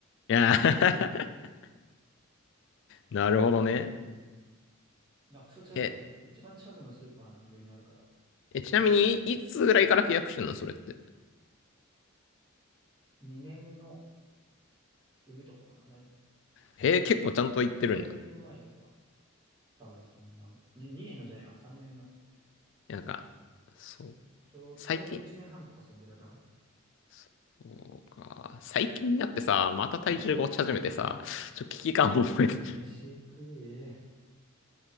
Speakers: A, on the left; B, on the right.
A: や、<laughs> なるほどね。
B: まあクソ近くはある。
A: え、
B: そう一番近くのスーパーの上にあるから、
A: え、ちなみに、いつぐらいから契約してんのそれって。
B: 2年の冬とかかな。だ
A: へえ、結構ちゃんと言ってるんだ。
B: ちょう、ちょうど2年前とかかな。多分そんな、に2年のじゃねえわ、3年の。
A: なんか、そう、
B: ちょう、
A: 最近。
B: ちょうど1年半とかそんぐらいかな。
A: そうか。最近になってさ、また体重が落ち始めてさ、
B: うん。
A: ちょっと危機感を覚えて。
B: 飯食え、